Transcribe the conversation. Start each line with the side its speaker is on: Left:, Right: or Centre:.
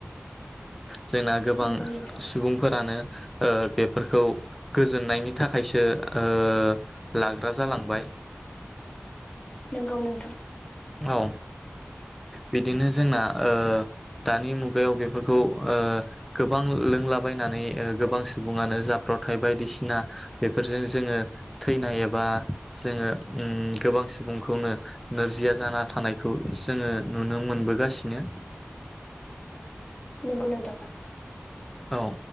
Centre: जोंना गोबां
Left: नंगौ नोंथां
Centre: सुबुंफोरानो बेफोरखौ गोजोननायनि थाखायसो ओ लाग्रा जालां बाय
Left: नंगौ नोंथां
Centre: औ। बिदिनो जोंना ओ दानि मुगायाव बेफोरखौ ओ गोबां लोंलाबायनानै ओ गोबां सुबुङानो जाब्रथाय बायदिसिना बेफोरजों जोङो थैनाय एबा जोङो उम गोबां सुबुंखौनो नोरजिया जाना थानायखौ जोङो नुनो मोनबोगासिनो।
Left: नंगौ नोंथां
Centre: औ